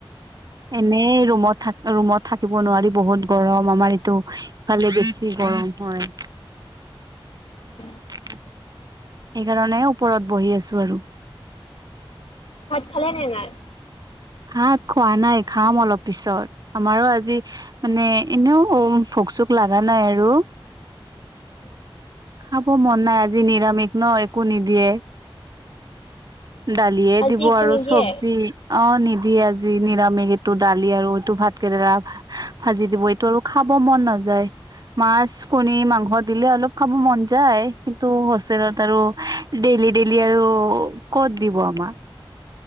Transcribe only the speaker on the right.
এনেই ৰুমত থা ৰুমত থাকিব নোৱাৰি বহুত গৰম আমাৰ এইটো কালে বেছি গৰম হয়।
সেইকাৰণে ওপৰত বহি আছো আৰু
হাত খোৱা নাই, খাম অলপ পিছত আমাৰো আজি মানে এনেও ভোক চোক লগা নাই আৰু
খাব মন নাই আজি নিৰামিষ ন একো নিদিয়ে।
দালিয়ে
দিব
আৰু
চবজি অঁ নি দি আজি নিৰামিষ এইটো দালি আৰু এইটো ভাত কেৰেলা ভাজি দিব এইটো আৰু খাব মন নাযায়। মাছ কণী মাংস দিলে অলপ খাব মন যায় কিন্তু হোষ্টেলত আৰু ডেইলি ডেইলি আৰু ক'ত দিব আমাক।